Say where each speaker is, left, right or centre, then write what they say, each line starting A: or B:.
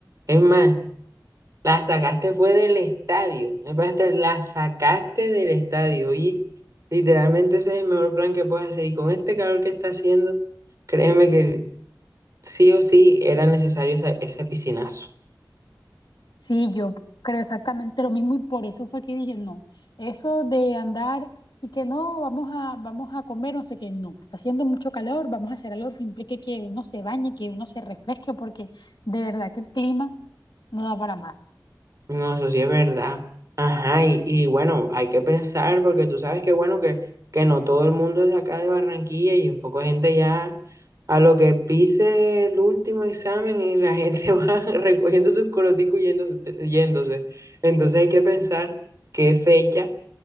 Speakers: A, on the right (about 45°); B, on the left (about 75°).
A: es más, la sacaste fue del estadio, es más, te la sacaste del estadio y literalmente ese es el mejor plan que puedes hacer y con este calor que está haciendo, créeme que sí o sí era necesario esa- ese piscinazo.
B: Sí, yo creo exactamente lo mismo y por eso fue que dije no. Eso de andar y que no, vamos a, vamos a comer, no sé qué, no. Está haciendo mucho calor, vamos a hacer algo que implique que uno se bañe, que uno se refresque porque de verdad que el clima no da para más.
A: No, eso sí es verdad. Ajá, y, y bueno, hay que pensar porque tú sabes que bueno, que, que no todo el mundo es de acá de Barranquilla y un poco de gente ya a lo que pise el último examen y la gente <laughs> va recogiendo sus coroticos y yéndose, yéndose. Entonces hay que pensar qué fecha